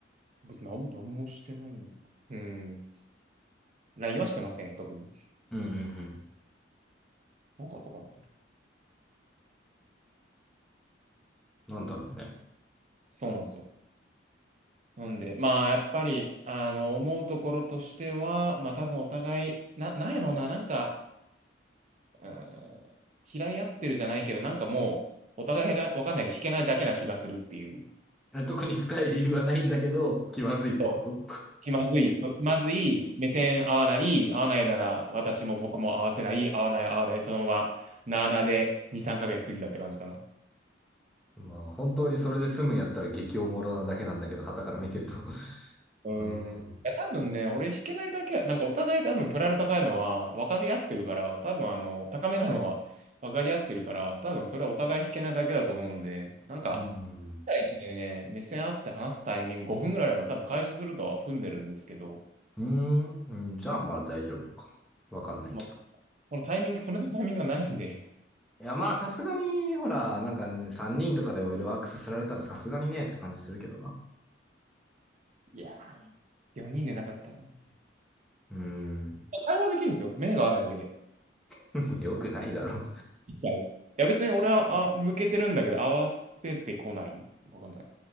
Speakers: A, on the right (about 40°); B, in the centre.
A: 別になん、なんもしてないんだな。うーん。LINE はしてません、特に。
B: うんうんうん。
A: なんかあったかな。
B: なんだろうね。
A: そうなんですよ。なんで、まあ、やっぱり、あの、思うところとしては、まあ、多分お互い、な、なんやろうな、なんか、うーん、嫌い合ってるじゃないけど、なんかもう、お互いが分かんないけど、引けないだけな気がするっていう。
B: え、特に深い理由はないんだけど、気まずいってこと
A: そう。気まずい。そう気まずい。目線合わない。合わないなら、私も僕も合わせない。合わない、合わない。そのまま、なあなあで2、3ヶ月過ぎたって感じかな。
B: まあ、本当にそれで済むんやったら激おもろなだけなんだけど、傍から見てると <laughs>
A: うん。
B: うー
A: いや、
B: ん。
A: 多分ね、俺弾けないだけや、なんかお互い多分プライド高いのは分かり合ってるから、多分あの、高めなのは分かり合ってるから、多分それはお互い弾けないだけだと思うんで、なんか、
B: うん。うん。
A: 1対1でね、目線合って話すタイミング5分ぐらいあれば多分解消するとは踏んでるんですけど、
B: うんうんじゃあまあ大丈夫か。
A: うん。
B: わかんないけど。
A: まあ、このタイミング、それのタイミングがないんで、
B: いやまあさすがに、ほら、なんか3人とかでオイルワークさせられたらさすがにねって感じするけどな。
A: いやー、4人でなかったのにね。
B: うーん。
A: 会話できるんですよ。目が合わないだけで。
B: <laughs> よくないだろ
A: 一切。いや、別に俺は、あ、向けてるんだけど、合わせてこない。わかんない。